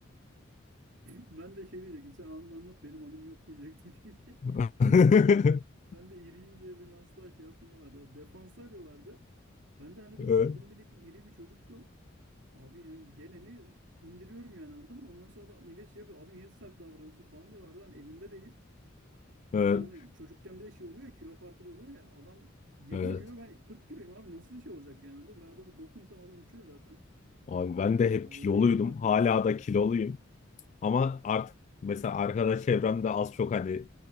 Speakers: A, on the right; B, on the left.
A: <laughs> Ben de şey diyecektim. Sen anını anlat benim anım yok diyecektim çünkü.
B: <laughs>
A: <laughs> Ben de, ben de iriyim diye beni asla şey yapmıyorlardı. Abi, Defans arıyorlardı. Ben de hani
B: Evet,
A: böyle kalın bilekli iri bir çocuktum. Abi yani geleni indiriyorum yani anladın mı? Ondan sonra da millet şey yapıyor. Abi niye sert davranıyorsun falan diyorlardı. Hani elimde değil.
B: evet,
A: Çünkü hani çocukken bir de şey oluyor ya kilo farkı da oluyor ya. Adam 20
B: evet.
A: kilo ben 40 kiloyum abi nasıl şey olacak yani anladın mı? Ben adamı dokunsam adam uçuyor zaten.
B: Abi ben de hep
A: Abi
B: kiloluydum.
A: o yüzden hiç oynatmıyorlardı
B: Hala da kiloluyum. Ama artık mesela arkadaş çevremde az çok hani